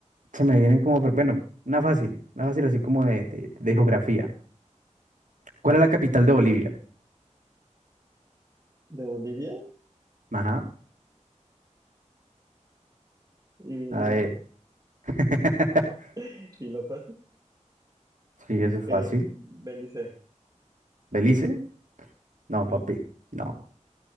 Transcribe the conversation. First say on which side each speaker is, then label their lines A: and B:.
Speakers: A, on the right; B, on the right.
A: se me vienen como. pero Bueno, una fácil. Una fácil así como de, de, de geografía. ¿Cuál es la capital de Bolivia?
B: ¿De Bolivia?
A: Ajá.
B: Y,
A: A
B: <laughs>
A: ver. <laughs>
B: y lo fácil.
A: Sí, eso es
B: Eh,
A: fácil.
B: Belice,
A: ¿Belice? No,
B: ¿sí,
A: papi.
B: no?
A: No.